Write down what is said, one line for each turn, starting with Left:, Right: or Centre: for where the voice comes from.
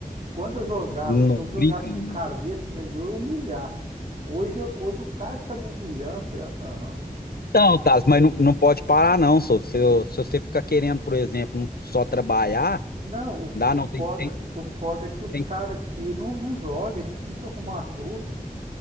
Right: quando eu jogava,
Left: não
Right: se eu jogasse
Left: brinca, não.
Right: um cara desse, mas eu ia humilhar. Hoje, eu- hoje o cara que tá me humilhando, eu falei, ah, não.
Left: Então, Taz, mas não, não pode parar, não, só. Se, eu- se você ficar querendo, por exemplo, só trabalhar,
Right: Não, o, fo-
Left: dá não,
Right: o foda,
Left: tem, tem,
Right: o foda é que os
Left: tem.
Right: caras aqui não, não jogam, é difícil arrumar a turma.